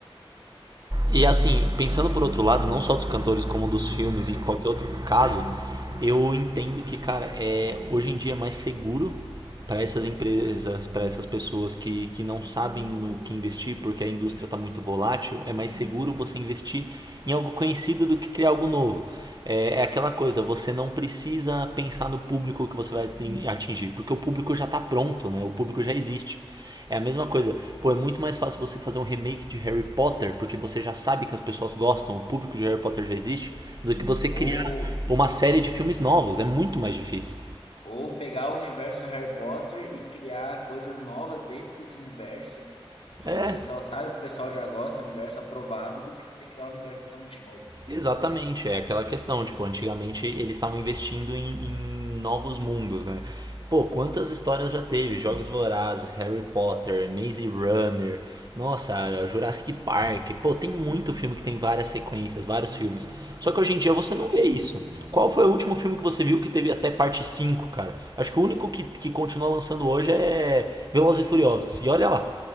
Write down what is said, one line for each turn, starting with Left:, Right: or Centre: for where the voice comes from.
Right: E assim, pensando por outro lado, não só dos cantores, como dos filmes e qualquer outro caso, eu entendo que, cara, é, hoje em dia é mais seguro para essas empresas, para essas pessoas que, que não sabem no que investir, porque a indústria está muito volátil, é mais seguro você investir em algo conhecido do que criar algo novo. É, é aquela coisa, você não precisa pensar no público que você vai atingir, porque o público já está pronto, né? o público já existe. É a mesma coisa. Pô, é muito mais fácil você fazer um remake de Harry Potter, porque você já sabe que as pessoas gostam, o público de Harry Potter já existe, do que você
Left: Ou,
Right: criar uma série de filmes novos. É muito mais difícil.
Left: ou pegar o universo Harry Potter e criar coisas novas dentro desse universo, que
Right: É,
Left: o pessoal sabe, que o pessoal já gosta, universo aprovado, do que você criar um universo totalmente novo.
Right: Exatamente, é aquela questão, tipo, antigamente eles estavam investindo em, em novos mundos, né? Pô, quantas histórias já teve? Jogos Vorazes, Harry Potter, Maze Runner, nossa, Jurassic Park. Pô, tem muito filme que tem várias sequências, vários filmes. Só que hoje em dia você
Left: Exatamente.
Right: não vê isso. Qual foi o último filme que você viu que teve até parte cinco cara? Acho que o único que, que continua lançando hoje é Velozes e Furiosos. E olha lá,